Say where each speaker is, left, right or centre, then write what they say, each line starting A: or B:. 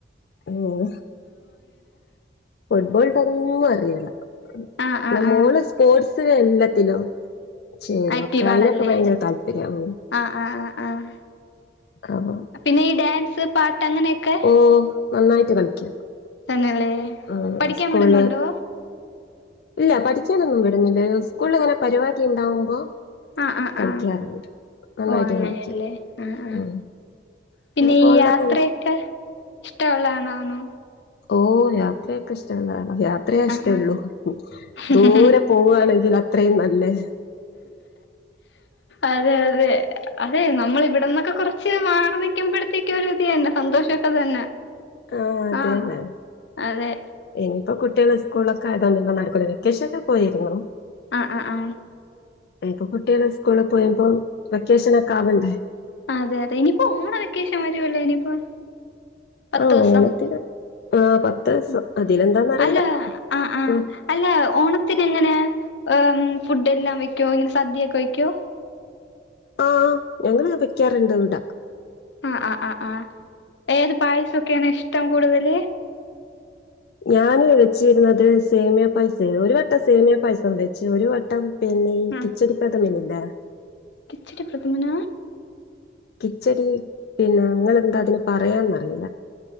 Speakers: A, on the left (about 60°); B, on the left (about 80°).
A: ഉം ഫുട്ബോൾ തൊള്ളി അറിയൂല്ല പിന്നെ
B: ആഹ് ആഹ്
A: മോള്
B: ആഹ്
A: സ്പോർട്സ് ത്തിലും എല്ലാത്തിലും ചേരും
B: ആക്റ്റീവാണല്ലേ
A: ഒക്കെ അതിനൊക്കെ ഭയങ്കര താല്പര്യം
B: ആ ആ ആ ആ
A: അപ്പൊ
B: പിന്നെ ഈ ഡാൻസ് സ് പാ ട്ട് അങ്ങനെയൊക്കെ
A: ഓ നന്നായിട്ട് കളിക്കും
B: തന്നെയല്ലേ
A: ആ
B: പഠിക്കാൻ
A: സ്കൂള്
B: വിടുന്നുണ്ടോ
A: ഇല്ല പഠി ക്കാനൊന്നും വിടുന്നില്ല സ്കൂളിലങ്ങനെ പരിപാടി ഉണ്ടാവുമ്പോ
B: ആ ആ
A: കളിക്കാറുണ്ട്
B: ആ
A: നന്നായിട്ട്
B: ഒ അങ്ങനെയല്ലെ
A: കളിക്കും
B: ആ ആ
A: ഉം
B: പിന്നെ
A: ഫോണിലൊക്കെ
B: ഈ യാത്രയൊക്കെ ഇഷ്ടമുള്ളതാണ് ആണോ
A: ഓ യാത്രയൊക്കെ ഇഷ്ടമുള്ളതാണ് യാത്രയാ ഇഷ്ട്ടൊള്ളു
B: ആഹ് ആഹ്
A: ദൂരെ പോകുവാണെങ്കില അത്രേയും അല്ലേ
B: അതെ അതെ അതെ നമ്മളിവിടന്നൊക്കെ കുറച്ച് ച്ച് മാറി നിൽക്കുമ്പോഴത്തേക്കും ഒരിതന്നെ സന്തോഷൊക്കെ തന്നെ
A: ആ അതന്നെ
B: ആഹ് അതെ
A: എനി ഇപ്പൊ കുട്ടികള് സ്കൂളൊക്കെ ആയതോണ്ട് ഒന്നും നടക്കൂല്ല വെക്കേഷന് പോയിരുന്നു
B: ആ ആ ആ
A: ഇപ്പൊ കുട്ടികള് സ്കൂളി പോയപ്പം വെക്കേഷനൊക്കെ ആവണ്ടെ
B: അതെ അതെ ഇനിയിപ്പോ ഓണ വെക്കേഷൻ വരുവല്ലോ ഇനിയിപ്പം പത്ത്
A: ആ
B: ദിവസം
A: ഓണത്തിന് ആ പത്ത് ദിവസം
B: ഉം
A: അതിലെന്താന്നറിയില്ല
B: അല്ല ആ ആ
A: ഉം.
B: അല്ല ഓണത്തിനിങ്ങനെ ഏ ഫുഡ് എല്ലാം വെക്കോ ഇങ്ങനെ സദ്യൊക്കെ വയ്ക്കോ
A: ആഹ ഞങ്ങള് വെക്കാറുണ്ട് ഇവിട
B: അ അ അ അ ഏത് പായസം ക്കെയാണ് ഇഷ്ടം കൂടുതല്
A: ഞാന് വെച്ചിരുന്നത് സേമിയ പായസ ഒരു വട്ടം സേമിയ പായസം വെച്ച് ഒരു വട്ടം പിന്നെ ഈ
B: ആഹ്
A: കിച്ചടി പ്രദമ ന്ത
B: കിച്ചടി <inaudible> പ്രഥമന
A: കിച്ചടി പിന്നെ നിങ്ങെന്താ അതിന് പറയാന്നറിയില്ല